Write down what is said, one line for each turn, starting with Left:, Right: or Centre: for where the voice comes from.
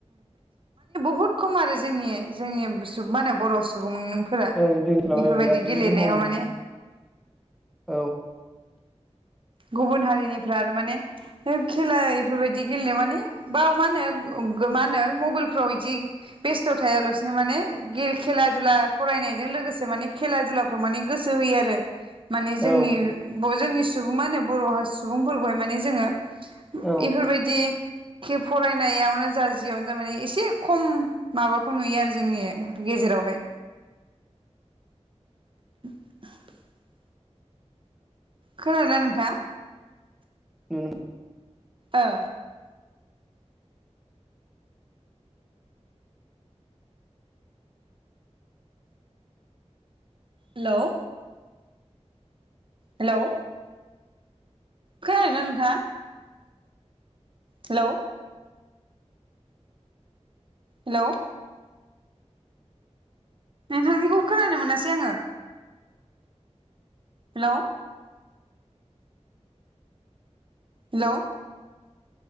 Right: बुहुद खम आरो जोंनि जोंनि माहोनो बर' सु सुबुं नों फोरा
Centre: ओं जोंनि ओनसोलाव
Right: बेफोरबायदि
Centre: ओं बिराद
Right: गेलेनायाव
Centre: जोबोद खम
Right: माने
Centre: औ
Right: गुबुन हारिनिफ्रा आरो माने खेला इफोरबायदि गेलेनायाव माने बाव मा होनो मा होनो मबाइलफ्राव बिदि बेस्थ' थायालासिनो माने खेला दुला फरायनायजों लोगोसे माने खेला दुलाफ्राव माने गोसो होयो आरो। माने जोंनि
Centre: औ
Right: बय जोंनि सुबुं मा होनो बर' सुबुंफोरखौहाय माने जोङो
Centre: औ
Right: इफोरबायदि एखे फरायनायावनो जा जियावनो जा माने एसे खम माबाखौ नुयो आरो जोंनि गेजेरावहाय। <inaudible> खोनादों नोंथाङा?
Centre: नुनो
Right: ओ हेल' हेलौ खोनादोना नोंथाङा? हेलौ हेलौ नोंथांनिखौ खोनानो मोनासै आङो। हेलौ हेलौ